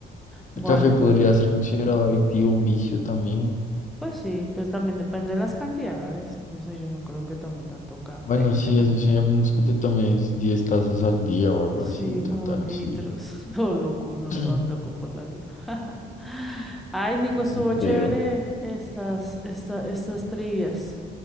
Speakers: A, in the centre; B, on the left (about 40°).
A: Bueno,
B: El café podría ser considerado adictivo, un vicio también.
A: pues sí, pues también depende de las cantidades. No sé, yo no creo que tome tanto café.
B: Bueno, sí, eso sí, a menos que te tomes 10 tazas al día o algo
A: Sí,
B: así, total,
A: como litros.
B: sí.
A: <laughs> Todo loco, no
B: <clears throat>
A: todo loco por la vida. <laughs> Ay, Nico, estuvo
B: Sí, creo.
A: chévere estas, esta, estas trivias.